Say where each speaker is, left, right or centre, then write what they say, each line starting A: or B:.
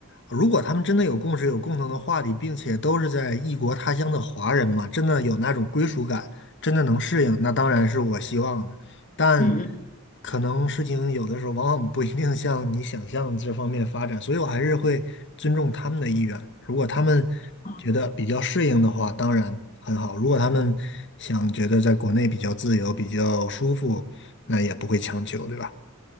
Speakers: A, on the left; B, on the left.
A: 如果他们真的有共识、有共同的话题，并且都是在异国他乡的华人嘛，真的有那种归属感，真的能适应，那当然是我希望的。但
B: 嗯嗯，
A: 可能事情有的时候往往不一定像你想象这方面发展，所以我还是会尊重他们的意愿。如果他们觉得比较适应的话，
B: 嗯
A: 当然很好；如果他们想觉得在国内比较自由、比较舒服，那也不会强求，对吧？